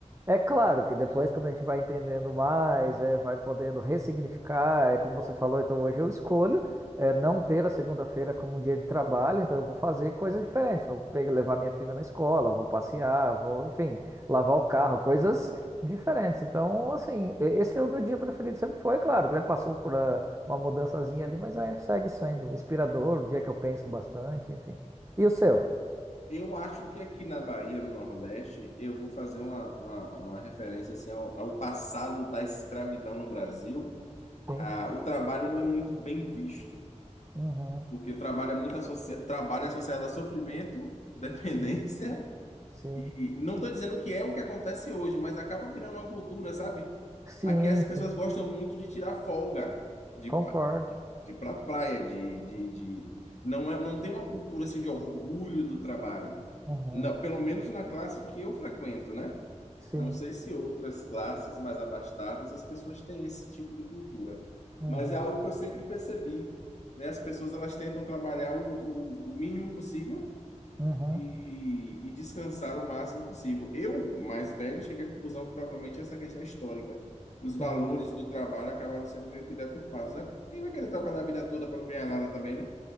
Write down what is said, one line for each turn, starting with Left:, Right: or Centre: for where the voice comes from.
Right: É claro que depois, quando a gente vai entendendo mais, é, vai podendo ressignificar, é como você falou, então hoje eu escolho é, não ter a segunda-feira como um dia de trabalho, então eu vou fazer coisas diferentes. Vou pegar, levar minha filha na escola, vou passear, vou, enfim, lavar o carro, coisas diferentes. Então, assim, e- esse é o meu dia preferido, sempre foi, claro, né? Passou por ah, uma mudançazinha ali, mas aí segue sendo inspirador, um dia que eu penso bastante, enfim. E o seu?
Left: Eu acho que aqui na Bahia, no Nordeste, eu vou fazer uma, uma, uma referência assim, ao, ao passado da escravidão no Brasil.
Right: Sim,
Left: Ah, o trabalho não é muito bem visto,
Right: uhum,
Left: porque trabalho é muito associa... trabalho é associado a sofrimento, <laughs> dependência.
Right: sim, sim,
Left: E, e não estou dizendo que é o que acontece hoje, mas acaba virando uma cultura, sabe?
Right: sim,
Left: Aqui as pessoas
Right: sim,
Left: gostam muito de tirar folga, de,
Right: concordo.
Left: pa- de, de ir pra praia, de, de, de... Não é, não tem uma cultura assim de orgulho do trabalho.
Right: Uhum,
Left: Na- pelo menos na classe que eu frequento, né?
Right: sim,
Left: Não sei se outras classes mais abastadas as pessoas têm esse tipo de cultura.
Right: uhum,
Left: Mas é algo que eu sempre percebi, né? As pessoas elas tentam trabalhar o, o o mínimo possível
Right: uhum,
Left: e, e descansar o máximo possível. Eu, mais velho, cheguei à conclusão que provavelmente essa questão é histórica. Os valores
Right: sim.
Left: do trabalho acabaram sendo meio que deturpados, né? Quem vai querer trabalhar a vida toda para não ganhar nada também, né?